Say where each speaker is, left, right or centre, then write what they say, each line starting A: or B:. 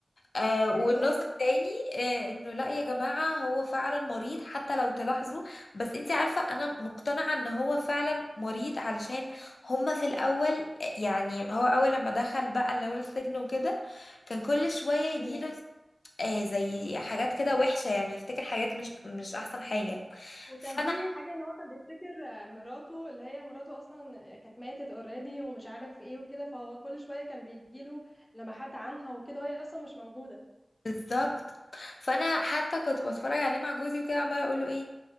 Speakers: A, on the left; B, on the left.
A: آه والنص
B: ايوه
A: التاني آه انه لا يا جماعة هو فعلا مريض حتى لو تلاحظوا بس انت عارفة انا مقتنعة ان هو فعلا مريض علشان هما في الاول يعني هو اول لما دخل بقى اللي هو السجن وكده كان كل شوية يجيله
B: ايوه
A: آه زي حاجات كده وحشة يعني يفتكر حاجات مش مش أحسن حاجة
B: وكان
A: فأنا
B: في حاجة ان هو كان بيفتكر آه، مراته اللي هي مراته اصلا آه، كانت ماتت اوريدي ومش عارف ايه وكده فهو كل شوية كان بيجيله لمحات عنها وكده وهي اصلا مش موجودة
A: بالظبط فأنا حتى كنت بتفرج عليه مع جوزي وكده عمالة أقول له إيه